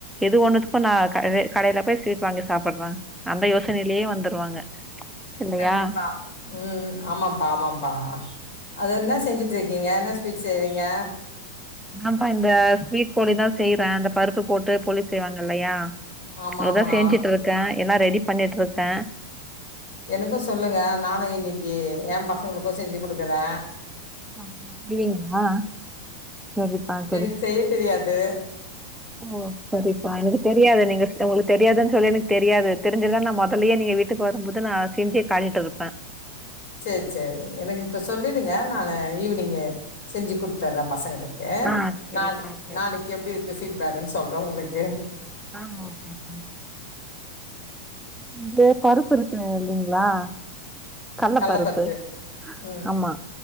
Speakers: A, in the centre; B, on the left.
A: எது ஒன்னுத்துக்கும் நா க கடையில போய் ஸ்வீட் வாங்கி சாப்பிடுறாங்க அந்த யோசனையிலயே வந்துருவாங்க இல்லையா
B: கண்டிப்பா ம் ஆமாம்ப்பா ஆமாம்ப்பா அது என்ன செஞ்சுட்டுருக்கீங்க என்ன ஸ்வீட் செய்றீங்க
A: அதாப்பா இந்த ஸ்வீட் போலிதா செய்யறே இந்த பருப்பு போட்டு போலி செய்வாங்க இல்லையா
B: ஆமா
A: அதுதா
B: ஆமா
A: செஞ்சுட்டு இருக்கே எல்லாம் ரெடி பண்ணிட்டு இருக்கே
B: எனக்கும் சொல்லுங்க நானு இன்னிக்கு ஏம் பசங்களுக்கு செஞ்சு குடுக்குறே
A: அப்ப செய்வீங்களா சரிப்பா சரி
B: எனக்கு செய்ய தெரியாது
A: ஓ சரிப்பா எனக்கு தெரியாது நீங்க உங்களுக்கு தெரியாதுன்னு சொல்லி எனக்கு தெரியாது தெரிஞ்சா நா முதலயே நீங்க வீட்டுக்கு வரும் போது நா செஞ்சே காட்டிட்டு இருப்பே
B: சேரி சேரி எனக்கு இப்ப சொல்லிடுங்க நானு ஈவ்னிங் செஞ்சு குடுத்துர்றே பசங்கலுக்கு கு
A: ஆ சரிப்பா
B: நாளை
A: சரி
B: நாளைக்கு எப்டி இருக்கு பீட்பேக்குன் சொல்றே உங்களுக்கு
A: ஆ ஓகேப்பா இது பருப்பு இருக்கு இல்லைங்களா கட்லப்பருப்பு
B: கடல பருப்பு. ம்.
A: ஆமா